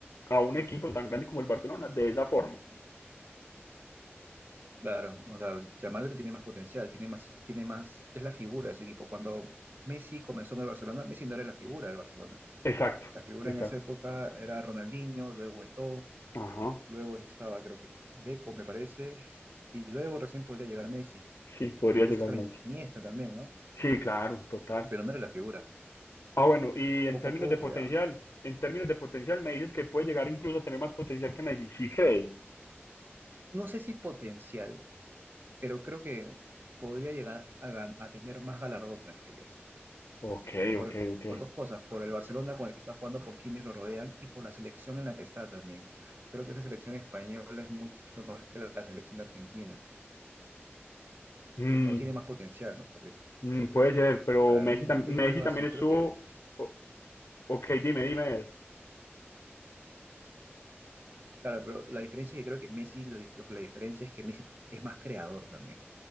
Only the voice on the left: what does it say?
a un equipo tan grande como el Barcelona de esa forma.
Exacto,
exacto.
Ajá,
sí, podría
llegar
más.
Sí, claro, total.
Ah, bueno,
y en
términos
de potencial,
en términos de potencial me dices que puede llegar incluso a tener más potencial que Messi, ¿sí crees?
Ok,
ok, ok.
Mm,
mm, puede ser, pero
Messi,
tam-
Messi
también
estuvo...
o- Ok, dime, dime.